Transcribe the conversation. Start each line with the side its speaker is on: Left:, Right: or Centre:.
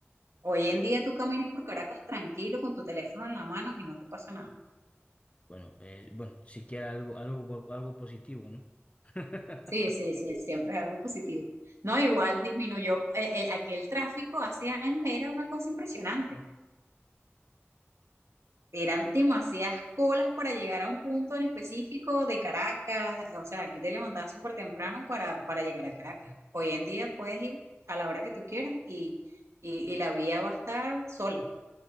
Right: Hoy en día tú caminas por Caracas tranquilo con tu teléfono en la mano y no te pasa nada.
Left: Bueno, eh, bueno, siquiera algo, algo, bu- algo positivo, ¿no? <laughs>
Right: Sí, sí, sí, siempre es algo positivo. No, igual disminuyó. eh, eh, aquí el tráfico hace años era una cosa impresionante. Eran demasiadas colas para llegar a un punto en específico de Caracas. O sea, aquí te levantabas súper temprano para, para llegar a Caracas. Hoy en día puedes ir a la hora que tú quieras y, y, y la vía va a estar sola.